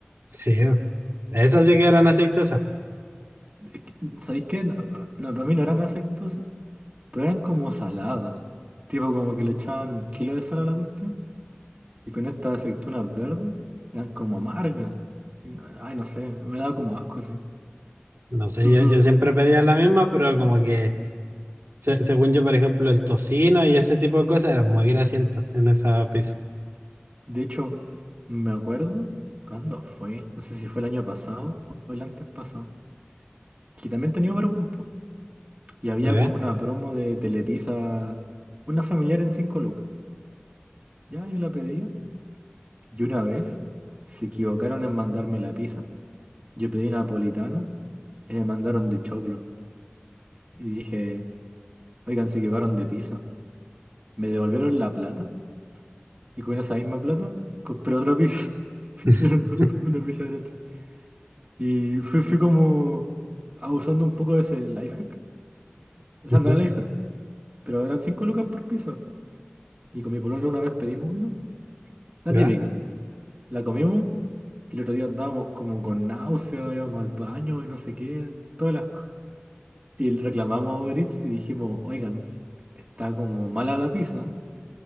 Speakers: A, on the right; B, on the right.
A: Sí, esas sí que eran aceitosas.
B: Es que, ¿Sabéis qué? No, no, no, para mí no eran aceitosas, pero eran como saladas. Tipo, como que le echaban un kilo de sal a la cuestión. Y con estas aceitunas verdes eran como amargas. Y no- ay, no sé, me daba como asco sí
A: No sé,
B: Tutul.
A: yo, yo siempre pedía la misma, pero como que, se- según yo, por ejemplo, el tocino y ese tipo de cosas eran muy grasientos en esa pizza.
B: De hecho, me acuerdo cuándo fue, no sé si fue el año pasado o el antes pasado, que también tenía Uberwin, po. Y había
A: ¿Ya?
B: como una promo de Telepizza, una familiar en 5 lucas. Ya yo la pedía. Y una vez se equivocaron en mandarme la pizza. Yo pedí napolitana y me mandaron de choclo. Y dije, oigan, se equivocaron de pizza. Me devolvieron la plata. Y con esa misma plata compré otra pizza. <laughs>
A: <laughs>
B: Me dos pi- Una pizza gratis. Y fui, fui como abusando un poco de ese lifehack, hack. O
A: Ujú,
B: sea, no era life pero eran cinco lucas por pizza. Y con mi polola una vez pedimos una, la
A: ¿Ya?
B: típica. La comimos y el otro día andábamos como con náusea, íbamos al baño y no sé qué, todo el asco Y reclamamos a Uber Eats y dijimos, oigan, está como mala la pizza.